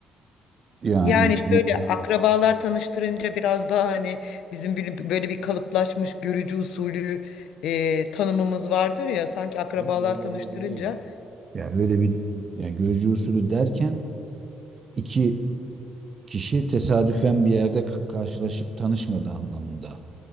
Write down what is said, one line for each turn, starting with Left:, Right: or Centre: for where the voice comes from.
Right: Yani
Left: Yani şöyle akrabalar tanıştırınca biraz daha hani bizim bir- böyle bir kalıplaşmış görücü usulü e, tanımımız vardır ya sanki akrabalar
Right: Yok öyle
Left: tanıştırınca
Right: bir değil. Yani öyle bir yani görücü usulü derken iki kişi tesadüfen bir yerde k- karşılaşıp tanışmadığı anlamında.